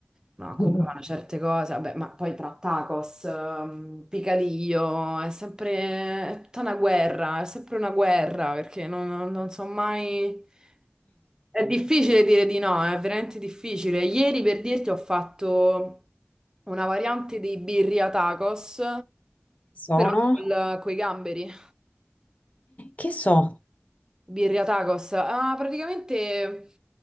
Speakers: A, on the right; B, on the left.
A: no, a Cuba
B: <laughs>
A: fanno certe cose, vabbè, ma poi tra tacos, ehm, picadillo, è sempre, è tutta una guerra, è sempre una guerra, perché non, non, non so mai... È difficile dire di no, è veramente difficile. Ieri per dirti ho fatto una variante di birria tacos,
B: sono...
A: però con i gamberi.
B: Che so?
A: Birria tacos. Ah, praticamente,